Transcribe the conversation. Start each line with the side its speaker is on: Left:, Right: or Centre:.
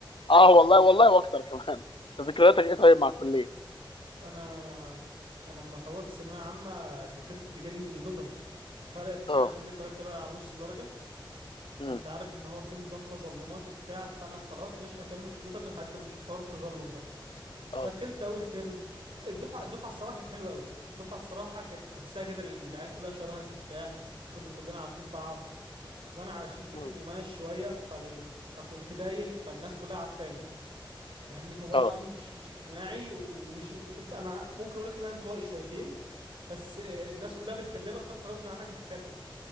Left: اه والله والله واكتر كمان <laughs> أنت ذكرياتك ايه طيب مع الكليه
Right: انا انا لما خلصت ثانويه عامه دخلت جالي بيطري فرقت معايا
Left: اه
Right: كليه علاقه بقى على نص درجه
Left: امم
Right: فانت عارف ان هو في نظام تظلمات وبتاع فانا خلاص مش هكمل في بيطري لحد ما اشوف حوار التظلم ده
Left: اه
Right: فدخلت اول ترم الدفعه الدفعه الصراحه كانت حلوه قوي الدفعه الصراحه كانت تحسها كده العيال كلها شبهك وبتاع وكنا كلنا عارفين بعض وانا علشان شكلي
Left: امم
Right: مميز شويه فال... فكنت باين فالناس كلها عارفاني فاهمني هو
Left: اه
Right: انا آه مش مش اجتماعي ومش ب- انت انا ممكن اقول لك ان انا انطوائي شويتين بس آه، الناس كلها بتكلمك فانت غصب عنك هتتكلم